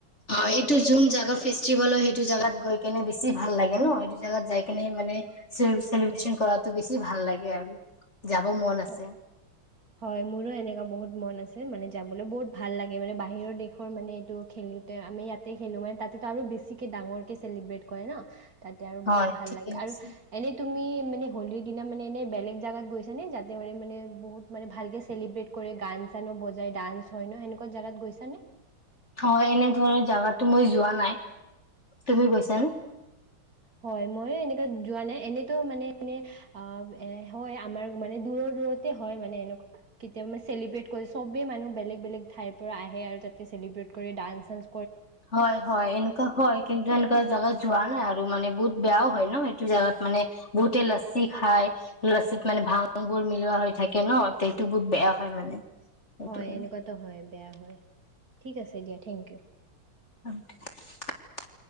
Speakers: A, on the left; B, on the right.
A: হয় এইটো যোন জোগাৰ ফেষ্টিভেল হয়। সেইটো জোগাত গৈ কেনে বেছি ভাল লাগে ন এইটো জাগাত যাই কেনে মানে চে চেলিব্ৰেশন কৰাটো বছি ভাল লাগে আৰু। যাব মন আছে
B: হয়-হয় মোৰো এনেকুৱা বহুত মন আছে। মানে যাবলৈ বহুত ভাল লাগে মানে বাহিৰৰ দেশৰ মানে এইটো খেলোতে আমি ইয়াতে খেলো মানে তাতেতো আৰু বেছিকে ডাঙৰকে চেলিব্ৰেট কৰে ন। তাতে আৰু
A: হয়
B: বহুত ভাল
A: ঠিকে
B: লাগে আৰু
A: আছে
B: এনে তুমি মানে হোলীৰ দিনা মানে এনে বেলেগ জাগাত গৈছা নে যা মানে বহুত মানে ভালকে চেলিব্ৰেট কৰে গান চানো বজাই ডান্স হয় ন সেনেকুৱা জাগাত গৈছা নে?
A: হয়, এনেধৰণৰ জাগাতো মই যোৱা নাই তুমি গৈছা নে?
B: হয়, মই এনেকা যোৱা নাই এনেতো মানে এনে অ এ হয় আমাৰ মানে দূৰৰ-দূৰতে হয়, মানে এনেকুৱা কেতিয়াব চেলিব্ৰট কৰি চবে মানুহ বেলেগ-বেলেগ ঠাইৰ পৰা আহে আৰু তাতে চেলিব্ৰেট কৰি ডান্স চানস
A: হয়-হয় এনেকুৱা হয় কিন্তু এনেকুৱা জাগা যোৱা নাই আৰু মানে বহুত বেয়াও হয় ন সেইটো জাগাত মানে বহুতে লচ্ছি খাই লচ্ছীিত মানে ভাংবোৰ মিলোৱা হৈ থাকে ন সেইটো বহুত বেয়া হয় মানে। সেইটো
B: হয়
A: কাৰণে
B: এনেকুৱাতো হয় বেয়া হয়। ঠিক আছে দিয়া থেংক ইউ।
A: অঠ <unintelligible>